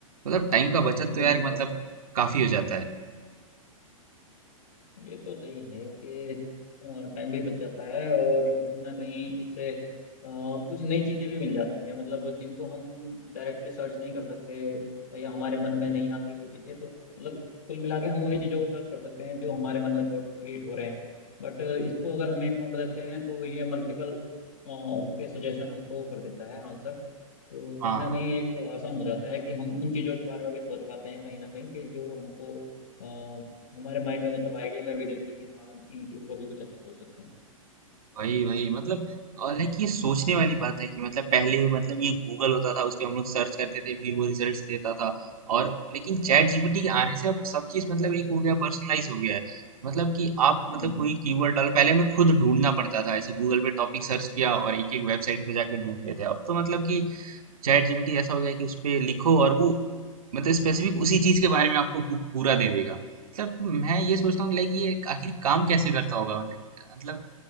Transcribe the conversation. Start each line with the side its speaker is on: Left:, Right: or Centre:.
Right: मतलब टाइम का बचत तो
Left: बिल्कुल
Right: यार मतलब
Left: बिल्कुल
Right: काफी हो जाता है
Left: ये तो सही है कि टाइम भी बच जाता है और कहीं ना कहीं इससे अ, कुछ नई चीज़ें भी मिल जाती हैं मतलब जिनको हम डायरेक्टली सर्च नहीं कर सकते या हमारे मन में नहीं आती वो चीज़ें तो मतलब कुल मिला के हम उन्हीं चीज़ों को सर्च कर सकते हैं जो हमारे मन में थॉट क्रिएट हो रहे हैं बट इसको अगर हम एक प्रॉम्प्ट देते हैं तो ये मल्टीपल उसके सजेशन हमको कर देता है आंसर तो
Right: हाँ
Left: कहीं ना कहीं एक तो आसान हो जाता है कि हम उन चीज़ों के बारे में भी सोच पाते हैं कहीं ना कहीं कि जो हमको अ, हमारे माइंड में मतलब आइडिया में भी नहीं थी कि हाँ इनके ऊपर भी कुछ ऐसा सोच सकते हैं
Right: वही वही मतलब और लाइक ये सोचने वाली बात है कि मतलब पहले मतलब ये गूगल होता था उस पे हम लोग सर्च करते थे फिर वो रिजल्ट्स देता था और लेकिन चैट जीपीटी के आने से अब सब चीज मतलब एक हो गया पर्सनलाइज हो गया है मतलब कि आप मतलब
Left: हम्म
Right: कोई कीवर्ड डाल पहले हमें खुद ढूंढना पड़ता था ऐसे गूगल पे टॉपिक सर्च किया और एक एक वेबसाइट पे जाके ढूंढते थे अब तो मतलब कि चैट जीपीटी ऐसा हो गया कि उस पे लिखो और वो मतलब स्पेसिफिक उसी चीज के बारे में आपको पू- पूरा दे देगा मतलब मैं ये सोचता हूँ लाइक ये आखिर काम कैसे करता होगा मतलब मतलब